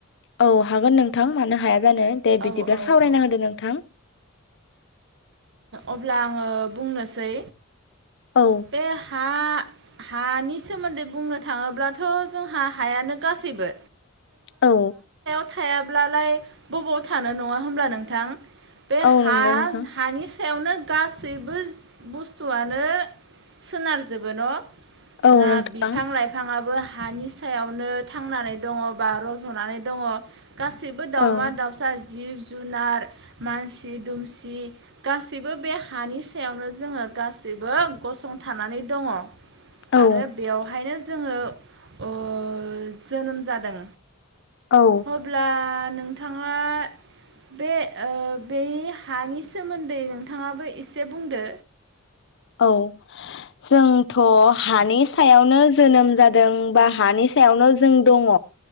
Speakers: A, on the left; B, on the right.
A: औ हागोन नोंथां मानो हाया। जानो दे बिदिब्ला
B: औ औ
A: सावरायना
B: औ
A: होदो नोंथां।
B: अब्ला आङो बुंनोसै।
A: औ
B: बे हा हानि सोमोन्दै बुंनो थाङोब्लाथ' जोंहा हायानो गासैबो।
A: औ।
B: थायाल्बालाय बबाव थानो नङा होमब्ला नोंथां। बे
A: औ
B: हा
A: नंगौ नोंथां।
B: हानि सायावनो गासैबो बुस्थुआनो सोनारजोबो न'?
A: औ
B: ना
A: नोंथां
B: बिफां लाइफाङाबो हानि सायावनो थांनानै दङ बा रज'नानै दङ। गासैबो दाउमा
A: औ
B: दाउसा जिब जुनार मानसि दुमसि गासैबो बे हानि सायावनो जोङो गासैबो गसंथानानै दङ।
A: औ
B: आरो बेवहायनो जोङो ओ जोनोम जादों।
A: औ
B: अब्ला नोंथाङा बे ओ बे हानि सोमोन्दै नोंथाङाबो इसे बुंदो।
A: औ जोंथ' हानि सायावनो जोनोम जादों बा हानि सायावनो जों दङ।